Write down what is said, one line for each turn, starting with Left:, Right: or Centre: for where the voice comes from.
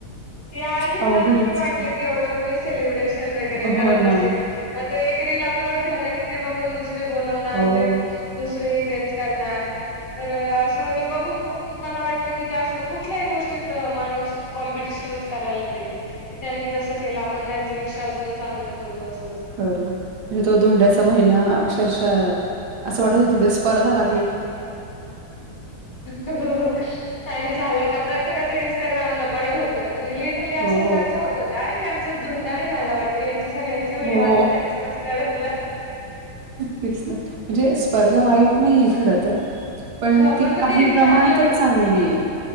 Left: आधी
Right: अवघडच.
Left: वाटलं की एवढ सेलिब्रेशन वैगेरे
Right: हो
Left: करत असेल
Right: ना.
Left: एक रिल अपलोड झाली ते बघून दुसरे बोलवणार
Right: हो.
Left: ते दुसरेही तेच करणार तर असं म्हणजे बघून बघून मला वाट कुठल्याही गोष्टीत माणूस कॉम्पिटिशन करायला चालाय त्यांनी तसं केलं आपण त्यांच्यापेक्षा अजून चांगलं करू असत
Right: करू म्हणजे तो धोंड्याचा महिना अक्षरशः असं वाटत होती स्पर्धा ला
Left: हो आणि झाला का प्रत प्रत्येकाचं इं्स्टाग्राला पडत होत म्हणजे लिटरली अश
Right: हो
Left: चर्चा होते आणि त्यांचाच धोंडा नाही झाला वाटत यांचे सगळ्यांचे व्हडिओ
Right: हो
Left: आले त्यांच कस करायला
Right: तेच ना म्हणजे स्पर्धा वाईट नाहीये खर तर पण
Left: हो
Right: ती
Left: मग
Right: काही
Left: ते
Right: प्रमाणातच
Left: चांगल्या
Right: चांगली आहे